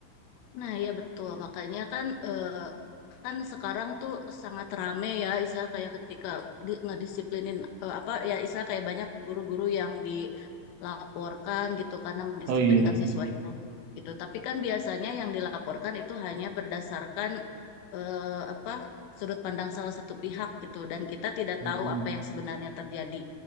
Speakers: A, on the left (about 80°); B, on the right (about 85°).
A: Nah, ya betul. Makanya kan eh, kan sekarang tuh sangat rame ya, Isa kayak ketika di, ngedisiplinin eh, apa ya Isa kayak banyak guru-guru yang dilaporkan gitu karena mendisiplinkan
B: Oh iya.
A: siswanya gitu. Tapi kan biasanya yang dilaporkan itu hanya berdasarkan eh, apa sudut pandang salah satu pihak gitu dan kita tidak
B: Mm-mm.
A: tahu apa yang sebenarnya terjadi.